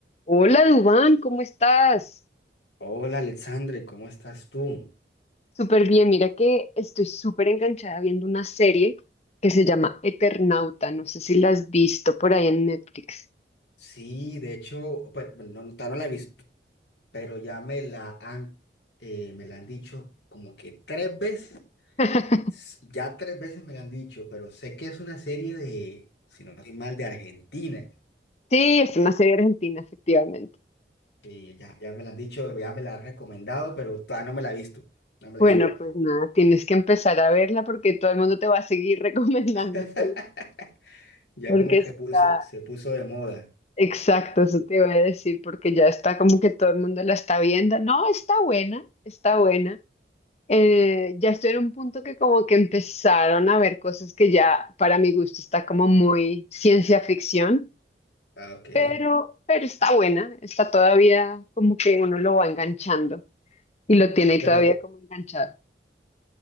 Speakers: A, on the left; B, on the left.
A: Hola Dubán, ¿cómo estás?
B: Hola Alexandre, ¿cómo estás tú?
A: Súper bien, mira que estoy súper enganchada viendo una serie que se llama Eternauta, no sé si la has visto por ahí en Netflix.
B: Sí, de hecho, pues no, todavía no la he visto, pero ya me la han, eh, me la han dicho como que tres veces,
A: <laughs>
B: s- ya tres veces me la han dicho, pero sé que es una serie de, si no estoy mal, de Argentina.
A: Sí, es una serie argentina, efectivamente.
B: Y ya, ya me la han dicho, ya me la han recomendado, pero todavía no me la he visto, no me la
A: Bueno,
B: he visto todavía.
A: pues nada, tienes que empezar a verla porque todo el mundo te va a seguir <laughs> recomendándotela,
B: <laughs> Ya
A: porque
B: como que
A: está,
B: puse- se puso de moda.
A: exacto, eso te voy a decir, porque ya está como que todo el mundo la está viendo. No, está buena, está buena. eh, ya estoy en un punto que como que empezaron a ver cosas que ya para mi gusto está como muy ciencia ficción,
B: Ah, ok.
A: pero, pero está buena, está todavía como que uno lo va enganchando y lo tiene
B: Pero,
A: todavía como enganchado.